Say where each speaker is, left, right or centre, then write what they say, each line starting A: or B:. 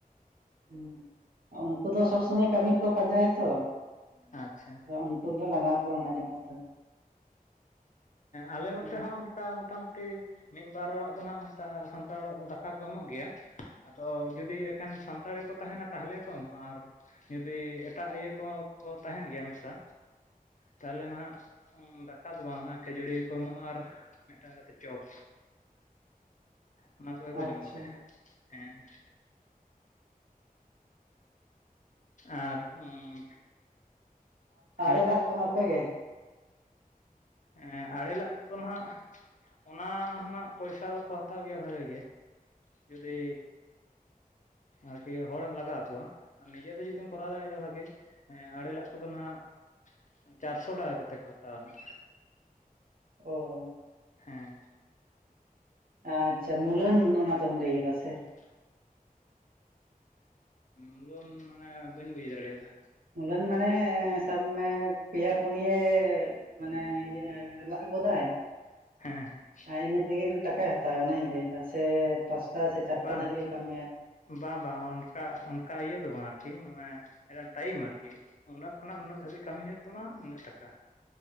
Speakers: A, on the right; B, on the left.
A: ᱦᱮᱸ, ᱩᱱᱠᱩ ᱫᱚ ᱥᱚᱵᱽ ᱥᱚᱢᱚᱭ ᱠᱟᱹᱢᱤ ᱠᱚ ᱯᱟᱸᱡᱟᱭᱟᱛᱚ᱾
B: ᱟᱪᱪᱷᱟ
A: ᱩᱱᱠᱩ ᱜᱮᱞᱮ ᱞᱟᱜᱟᱣ ᱠᱚᱣᱟ ᱢᱟᱡᱷᱮ ᱢᱚᱫᱷᱮ ᱫᱚ᱾
B: ᱟᱞᱮ
A: ᱦᱩᱸ
B: ᱱᱚᱛᱮ ᱦᱚᱸ ᱚᱱᱠᱟ ᱢᱚᱴᱟᱢᱩᱴᱤ ᱢᱤᱫ ᱵᱟᱨ ᱚᱲᱟᱜ ᱫᱚ ᱱᱟᱜ ᱚᱱᱠᱟ ᱥᱟᱱᱛᱟᱲ ᱚᱲᱟᱜ ᱫᱚ ᱫᱟᱠᱟ ᱠᱚ ᱮᱢᱚᱜ ᱜᱮᱭᱟ᱾ ᱟᱫᱚ ᱡᱩᱫᱤ ᱮᱠᱷᱟᱱ ᱥᱟᱱᱛᱟᱲ ᱜᱮᱠᱚ ᱛᱟᱦᱮᱸᱱᱟ ᱛᱟᱦᱚᱞᱮ ᱠᱚ ᱮᱢᱚᱜᱼᱟ ᱟᱨ ᱡᱩᱫᱤ ᱮᱴᱟᱜ ᱤᱭᱟᱹ ᱠᱚᱠᱚ ᱛᱟᱦᱮᱸᱱ ᱜᱮᱭᱟ ᱢᱮᱥᱟ ᱛᱟᱞᱦᱮ ᱱᱟᱜ ᱫᱟᱠᱟ ᱫᱚ ᱵᱟᱝ ᱚᱱᱟ ᱠᱷᱟᱹᱡᱟᱹᱲᱤ ᱠᱚ ᱮᱢᱚᱜᱼᱟ ᱟᱨ ᱢᱤᱫᱴᱟᱝ ᱠᱟᱛᱮᱫ ᱪᱚᱯ᱾ ᱚᱱᱟ ᱠᱚᱜᱮ ᱠᱚ
A: ᱟᱪᱪᱷᱟ
B: ᱡᱚᱢ ᱵᱟᱲᱟᱭᱟ, ᱦᱮᱸ᱾ <inaudible> ᱟᱨ ᱩᱸ ᱦᱮᱞᱮ
A: ᱟᱲᱮ ᱞᱟᱜ ᱠᱚᱫᱚ ᱟᱯᱮ ᱜᱮ
B: ᱮᱸ ᱟᱲᱮᱞᱟᱜ ᱠᱚᱫᱚ ᱱᱟᱸᱦᱟᱜ ᱦᱚᱱᱟᱜ ᱯᱚᱭᱥᱟ ᱫᱚᱠᱚ ᱦᱟᱛᱟᱣ ᱜᱮᱭᱟ ᱵᱷᱟᱜᱤ ᱜᱮ᱾ ᱡᱩᱫᱤ ᱟᱨᱠᱤ ᱦᱚᱲᱮᱢ ᱞᱟᱜᱟᱣ ᱠᱚᱣᱟ ᱟᱨ ᱱᱤᱡᱮᱛᱮ ᱡᱩᱫᱤᱢ ᱠᱚᱨᱟᱣ ᱫᱟᱲᱮᱭᱟᱜᱼᱟ ᱵᱷᱟᱜᱮ᱾ ᱦᱮᱸ ᱟᱲᱮᱞᱟᱜ ᱠᱚᱫᱚ ᱱᱟᱜ ᱪᱟᱨᱥᱚ ᱴᱟᱠᱟ ᱴᱟᱠᱟ ᱠᱟᱛᱮ ᱠᱚ ᱦᱟᱛᱟᱣ ᱟᱱᱟᱜ᱾
A: ᱚ
B: ᱦᱮᱸ
A: ᱟᱪᱪᱷᱟ ᱢᱩᱞᱟᱹᱱ ᱚᱱᱟ ᱫᱚᱚᱢ ᱞᱟᱹᱭ ᱫᱟ ᱥᱮ?
B: <inaudible> ᱢᱩᱞᱳᱱ ᱢᱟᱱᱮ ᱵᱟᱹᱧ ᱵᱩᱡ ᱫᱟᱲᱮᱭᱟᱫᱟ?
A: ᱢᱩᱞᱟᱹᱱ ᱢᱟᱱᱮ ᱥᱟᱵᱢᱮ ᱯᱮᱭᱟ ᱯᱩᱱᱤᱭᱟ ᱮ ᱢᱟᱱᱮ ᱤᱭᱟᱹ ᱞᱟᱜ ᱜᱚᱫᱟᱭ,
B: ᱦᱮᱸ ᱦᱮᱸ
A: ᱦᱮ ᱤᱱᱟᱹ ᱛᱮᱜᱮ ᱩᱱᱟᱹᱜ ᱴᱟᱠᱟᱭ ᱦᱟᱛᱟᱟᱣ ᱚᱱᱟᱧ ᱞᱟᱹᱭᱮᱫᱟ ᱥᱮ ᱯᱟᱸᱪᱴᱟ ᱥᱮ ᱪᱟᱨᱴᱟ
B: ᱵᱟᱝ
A: ᱫᱷᱟᱹᱵᱤᱡ ᱮ ᱠᱟᱹᱢᱤᱭᱟ᱾
B: ᱵᱟᱝ ᱵᱟᱝ ᱚᱱᱠᱟ ᱚᱱᱠᱟ ᱤᱭᱟᱹ ᱫᱚ ᱵᱟᱝ ᱟᱨᱠᱤ ᱢᱟᱱᱮ ᱢᱤᱫᱴᱟᱱ ᱴᱟᱭᱤᱢ ᱟᱨᱠᱤ᱾ ᱩᱱᱟᱹᱜ ᱠᱷᱚᱱᱟᱜ ᱱᱩᱟᱹᱜ ᱫᱷᱟᱹᱵᱤᱡ ᱠᱟᱹᱢᱤ ᱦᱩᱭᱩᱜ ᱛᱟᱢᱟ ᱩᱱᱟᱹᱜ ᱴᱟᱠᱟ᱾